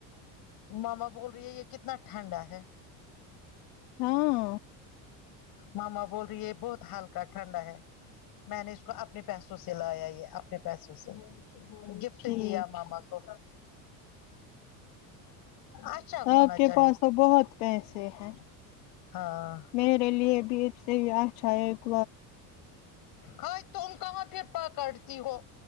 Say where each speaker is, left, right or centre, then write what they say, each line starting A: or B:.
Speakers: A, on the left; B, on the left.
A: ماما بول رہی ہے یہ کتنا ٹھنڈا ہے
B: ہاں
A: ماما بول رہی ہے بہت ہلکا ٹھنڈا ہے میں نے اس کو اپنے پیسوں سے لایا یہ پیسوں سے گفٹ
B: ٹھیک
A: دیا ماما کو اچھا ہونا
B: آپ کے
A: چاہیے
B: پاس تو بہت پیسے ہیں
A: ہاں
B: میرے لیے بھی ا سے ہی اچھا ہے گ
A: ہائی تم کہاں پھر پکڑتی ہو